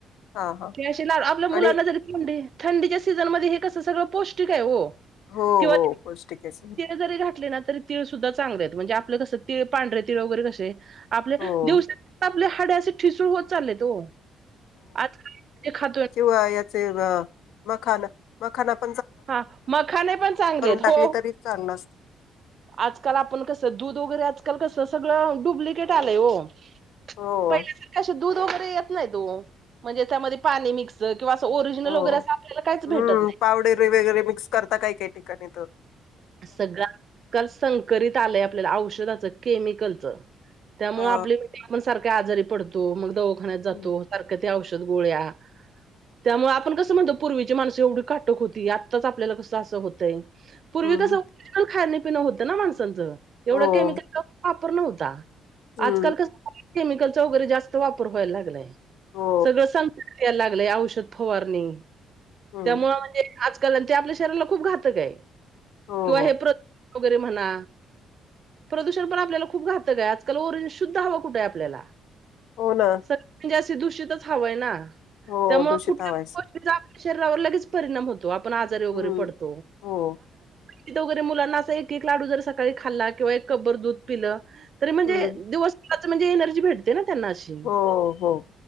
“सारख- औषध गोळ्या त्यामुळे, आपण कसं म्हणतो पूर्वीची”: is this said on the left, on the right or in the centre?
Right